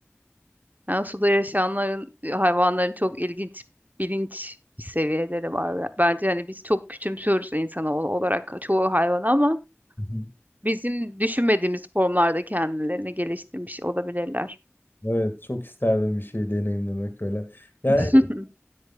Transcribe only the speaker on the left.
Hı hı.
Evet, çok isterdim bir şey deneyimlemek öyle. Yani